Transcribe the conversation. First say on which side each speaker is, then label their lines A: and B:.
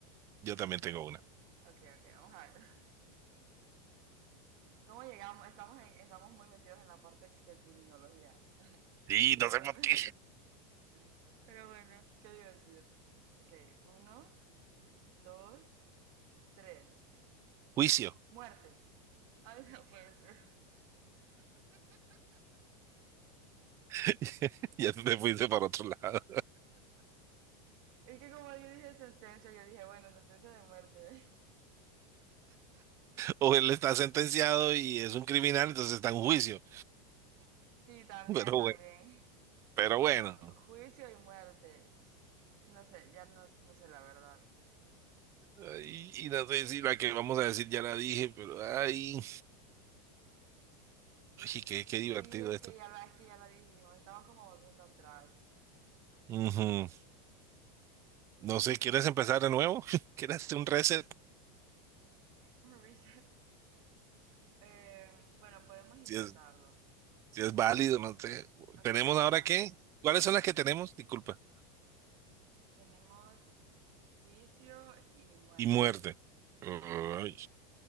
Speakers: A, on the right; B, on the right.
A: Yo también tengo una.
B: Ok, ok, vamos a ver. <laughs> ¿Cómo llegamos? Estamos, en, estamos muy metidos en la parte de criminología.
A: Y
B: Pero
A: no sé
B: bueno,
A: por qué.
B: <laughs> pero bueno, qué divertido. Ok, uno, dos, tres.
A: Juicio.
B: Muerte. Ay, no puede ser.
A: <laughs> Ya tú te fuiste para otro lado.
B: Es que como yo dije sentencia, yo dije, bueno, sentencia de muerte. <laughs>
A: O él está sentenciado y es un criminal, entonces está en juicio.
B: Sí, también,
A: Pero
B: también.
A: bueno, pero
B: Bueno,
A: bueno.
B: juicio y muerte. No sé, ya no, no sé la verdad.
A: Ay, Y, no sé si la que vamos a decir ya la dije, pero ay, ay, qué, qué divertido
B: Sí, es
A: esto.
B: que ya la, es que ya la dijimos, estamos como volviendo atrás.
A: Ujú. No sé, ¿quieres empezar de nuevo? <laughs> ¿Quieres hacer un reset?
B: Un reset. <laughs> Eh, bueno, podemos intentarlo.
A: Si es, si es válido, no sé.
B: Ok,
A: ¿Tenemos
B: intentémoslo.
A: ahora qué? ¿Cuáles son las que tenemos? Disculpa.
B: Tenemos juicio y muerte.
A: y muerte. Ay.